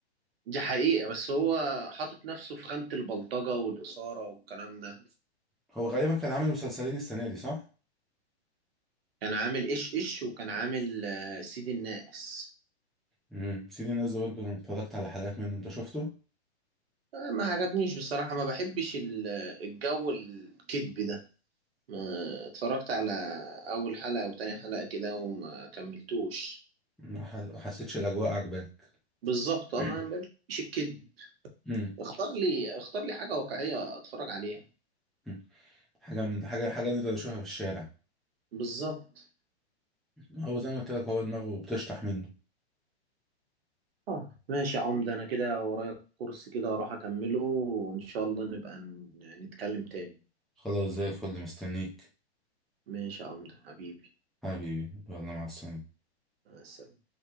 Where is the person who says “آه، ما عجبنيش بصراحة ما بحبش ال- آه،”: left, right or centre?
Right